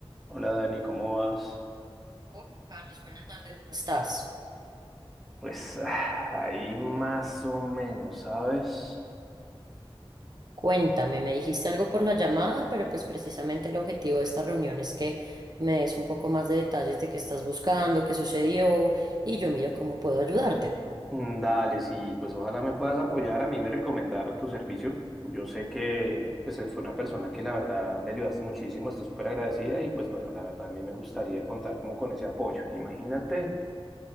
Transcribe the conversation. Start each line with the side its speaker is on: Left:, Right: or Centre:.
Centre: Hola Dani, ¿cómo vas?
Right: Hola Carlos, buenas tardes, ¿cómo estás?
Centre: Pues ah, ahí más o menos, ¿sabes?
Right: Cuéntame, me dijiste algo por la llamada, pero pues precisamente el objetivo de esta reunión es que me des un poco más de detalles de qué estás buscando, qué sucedió y yo miro cómo puedo ayudarte.
Centre: Mm, Dale, sí, pues ojalá me puedas apoyar. A mí me recomendaron tu servicio. Yo sé que pues eh, fue una persona que la verdad le ayudaste muchísimo, está súper agradecida y pues bueno, la verdad a mí me gustaría contar como con ese apoyo. Imagínate